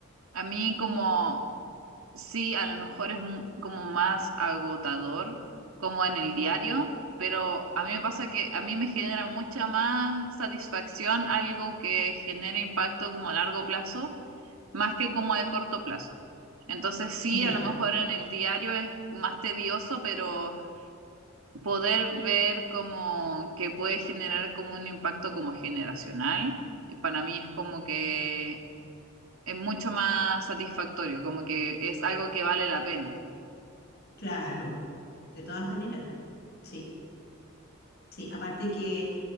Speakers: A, on the right (about 75°); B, on the left (about 50°).
A: a mí como Sí, a lo mejor es m- como más agotador, como en el diario, pero a mí me pasa que a mí me genera mucha más satisfacción algo que genere impacto como a largo plazo, más que como a corto plazo. Entonces sí,
B: Ya,
A: a lo mejor en el diario es más tedioso, pero poder ver como que puede generar como un impacto como generacional, y para mí es como que es mucho más satisfactorio, como que es algo que vale la pena.
B: claro. De todas maneras, sí. Sí, aparte que